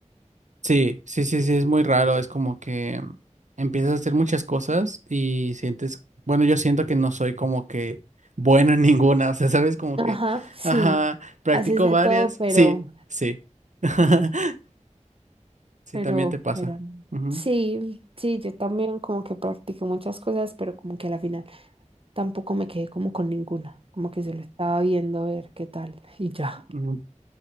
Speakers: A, on the right; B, on the right.
A: Sí, sí, sí, sí, es muy raro, es como que empiezas a hacer muchas cosas y sientes, bueno, yo siento que no soy como que bueno en ninguna, o sea, sabes, como
B: Ajá,
A: que,
B: sí,
A: ajá, practico
B: haces de
A: varias,
B: todo, pero,
A: sí, sí, <laughs> sí,
B: pero,
A: también te pasa.
B: pero, no.
A: Ujú.
B: sí, sí, yo también como que practiqué muchas cosas, pero como que a la final tampoco me quedé como con ninguna, como que se lo estaba viendo a ver qué tal y ya.
A: Mm,